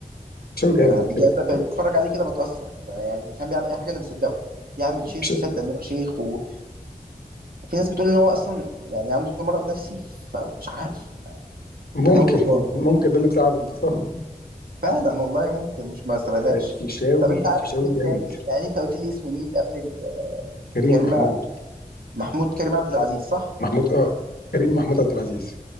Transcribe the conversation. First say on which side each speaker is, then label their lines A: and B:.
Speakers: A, on the left; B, on the right.
A: شاوي
B: ب-
A: جامد
B: بجد
A: كده كده.
B: ب- ب- بتفرج عليه كده بتاثر ب- يعني فاهم بيعمل اي حاجه انا بصدقه يعمل شيخ
A: ش-
B: مصدق ان هو شيخ وفي ناس بتقول ان هو اصلا يعني عنده مرض نفسي فمش عارف
A: ممكن
B: اداؤه جبار
A: <laughs> ممكن ده اللي مساعد انتصار
B: فعلا والله ممكن مش ما استبعدهاش
A: الفيشاوي
B: طب انت
A: الفيشاوي
B: عارف مين
A: جامد
B: تاني يعني انت قلت لي اسم مين قبل ال- آه،
A: كريم
B: كريم
A: محمود
B: ع- محمود كريم عبد العزيز صح
A: محمود اه كريم محمود عبد العزيز